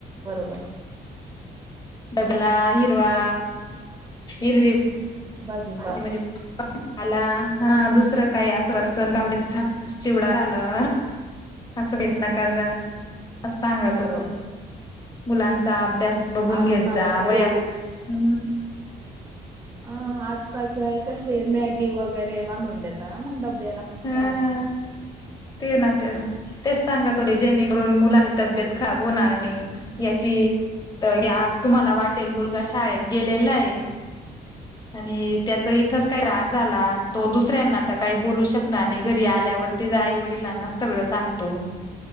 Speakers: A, on the right; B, on the left.
A: बरोबर.
B: बगला इरवा इरवी.
A: बाजे.
B: म्हणजेला हा दुसरं काय असं वर्चण कावडेत जा. चिवडा झाला. असं
A: हम्म
B: देत नका जा. अस सांगत
A: बरोबर
B: होते. मुलांचा अभ्यास- बघून
A: आजकालचे
B: घेत जा
A: आई
B: वह्या
A: वडील
B: -
A: आं. आजकालचे आई कसे मॅगी वगैरे बांधून देता ना मग डब्याला?
B: ह
A: म्हणून.
B: ते ना. ते ना. तेच
A: हम्म
B: सांगत होते जेणेकरून मुलांची तब्येत
A: मग
B: खराब होणार नाही. याची. तुम्हाला वाटेल
A: हम्म
B: मुलगा शाळेत- गेलेला आहे. आणि त्याच इथच काही त्रास झाला. तो दुस- ऱ्यांना तर काही बोलू शक - णार नाही. घरी आल्यावरतीच आई वडिलांना सगळं सांगतो.